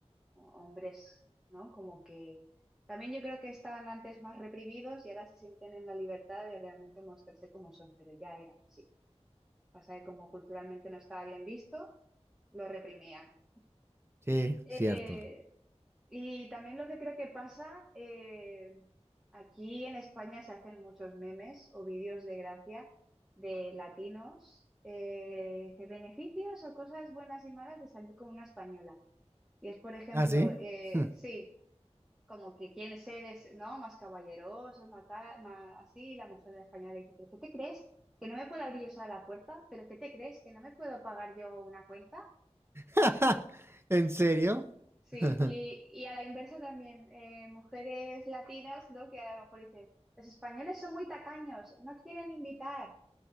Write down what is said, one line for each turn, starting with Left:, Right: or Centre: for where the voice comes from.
Centre: hombres, ¿no? Como que también yo creo que estaban antes más reprimidos y ahora se sienten en la libertad de realmente mostrarse como son, pero ya eran así. Pasa que como culturalmente no estaba bien visto, lo reprimían.
Right: Sí,
Centre: Eh,
Right: cierto.
Centre: y también lo que creo que pasa, eh, aquí en España se hacen muchos memes o vídeos de gracia de latinos, eh, de beneficios o cosas buenas y malas de salir con una española. Y es, por ejemplo,
Right: ¿Ah, sí?
Centre: eh,
Right: Hmm.
Centre: sí como que quieren ser es, ¿no? más caballerosos, más, tal, más así, y la mujer de la española le dice, ¿pero qué te crees? ¿Que no me puedo abrir yo sola la puerta? ¿Pero qué te crees? ¿Que no me puedo pagar yo una cuenta?
Right: <laughs> ¿En serio?
Centre: Sí,
Right: <laughs>
Centre: y, y a la inversa también, eh, mujeres latinas, ¿no? Que a lo mejor dicen, los españoles son muy tacaños, no quieren invitar,